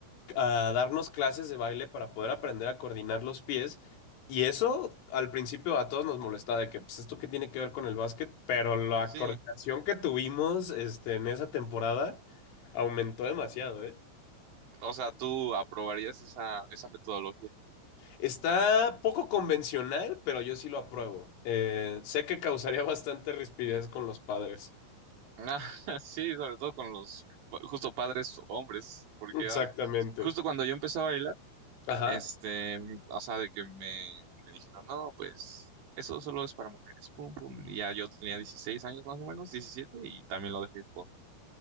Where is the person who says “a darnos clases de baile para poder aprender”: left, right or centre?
Left